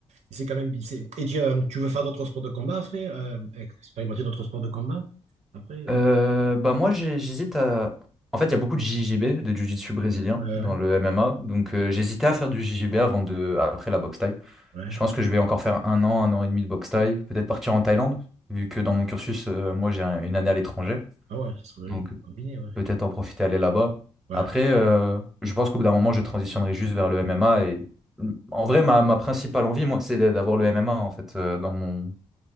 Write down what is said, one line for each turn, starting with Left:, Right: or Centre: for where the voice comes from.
Right: Et C'est quand même. c'est- Et tu, euh, tu veux faire d'autres sports de combat après? euh, expérimenter d'autres sports de combat après? euh,
Centre: Euh, bah moi j'ai- j'hésite à... En fait il y a beaucoup de JJB, de Jiu-Jitsu brésilien
Right: ouais,
Centre: dans
Right: ouais,
Centre: le MMA, donc euh, j'hésitais à faire du JJB avant de... après la boxe thaï.
Right: ouais.
Centre: Je pense que je vais encore faire un an, un an et demi de boxe thaï, peut-être partir en Thaïlande, vu que dans mon cursus euh, moi j'ai un- une année à l'étranger,
Right: Ah ouais, ça serait
Centre: donc
Right: bien combiné, ouais.
Centre: peut-être en profiter aller là-bas.
Right: Ouais,
Centre: Après euh, je pense qu'au bout d'un moment je transitionnerai juste vers le MMA et mm, en vrai ma, ma principale envie moi c'est d'avoir le MMA en fait euh, dans mon...